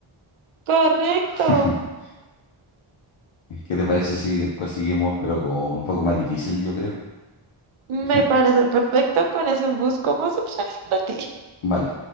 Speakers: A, on the right; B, on the left.
A: Correcto,
B: <laughs> ¿Qué te parece si después seguimos, pero con un poco más difícil, yo creo? <laughs>
A: me parece perfecto. Con eso busco más opciones para ti.
B: Vale.